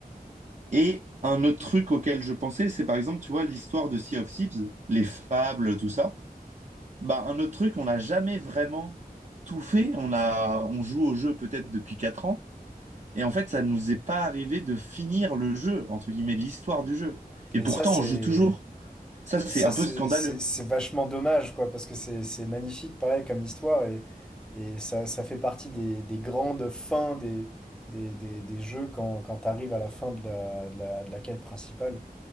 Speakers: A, on the right; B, in the centre.
A: Et un autre truc auquel je pensais, c'est par exemple, tu vois, l'histoire de Sea of Thieves, les fables, tout ça. Bah, un autre truc, on n'a jamais vraiment tout fait. On a, on joue au jeu peut-être depuis quatre ans. Et en fait, ça nous est pas arrivé de finir le jeu, entre guillemets, l'histoire du jeu.
B: mais
A: Et pourtant,
B: ça, c'est.
A: on joue toujours. Ça, c'est
B: Ça,
A: un
B: c'est
A: peu scandaleux.
B: c'est- c'est vachement dommage, quoi, parce que c'est c'est magnifique, pareil, comme histoire, et, et ça, ça fait partie des, des grandes fins des, des, des, des jeux quand, quand tu arrives à la fin de la, de la, de la quête principale.